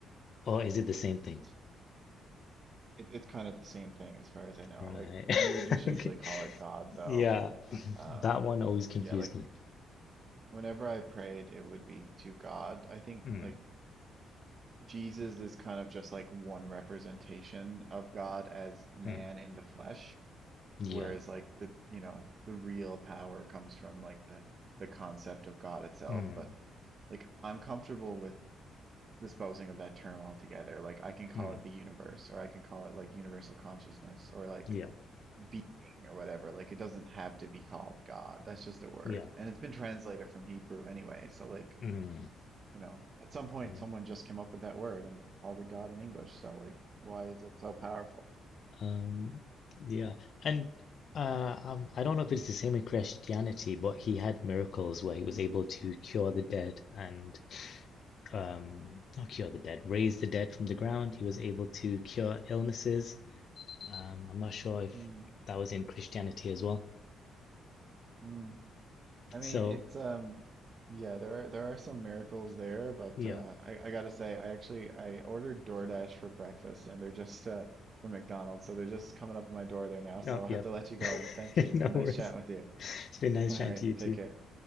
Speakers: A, on the left (about 45°); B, on the right (about 35°).
A: Or is it the same thing?
B: It's it, it's kind of the same thing as far as I know.
A: Right.
B: Like
A: <laughs>
B: you would just usually
A: Okay.
B: call it God though.
A: Yeah,
B: Um
A: that one always confused
B: yeah, like
A: me.
B: whenever I prayed it would be to God. I think
A: Mm,
B: like Jesus is kind of just like one representation of God as man
A: mm.
B: in the flesh,
A: Yeah.
B: whereas like the you know, the real power comes from like the the concept of God itself,
A: Mm,
B: but like I'm comfortable with disposing of that term altogether. Like I can call
A: mm,
B: it the universe or I can call it like universal consciousness or like
A: Yeah.
B: being or whatever. Like it doesn't have to be called God. That's just a word.
A: Yeah.
B: And it's been translated from Hebrew anyway. So like,
A: mm.
B: you know, at some point
A: Yeah.
B: someone just came up with that word and called it God in English. So like, why is it so powerful?
A: Um, yeah. And uh, um, I don't know if it's the same in Christianity, but he had miracles where he was able to cure the dead and um, not cure the dead, raise the dead from the ground. He was able to cure illnesses. Um, I'm not sure if
B: Hmm.
A: that was in Christianity as well.
B: Hmm. I mean,
A: So,
B: it's um yeah, there are there are some miracles there, but
A: yeah.
B: uh I, I gotta say I actually I ordered DoorDash for breakfast and they're just uh from McDonald's. So they're just coming up to my door there now. So
A: No,
B: I'll
A: yep.
B: have to let you go,
A: <laughs>
B: but thank you. It's
A: No
B: been nice
A: worries.
B: chatting with you.
A: It's been
B: <laughs>
A: nice
B: All
A: chatting
B: right,
A: to you too.
B: take care.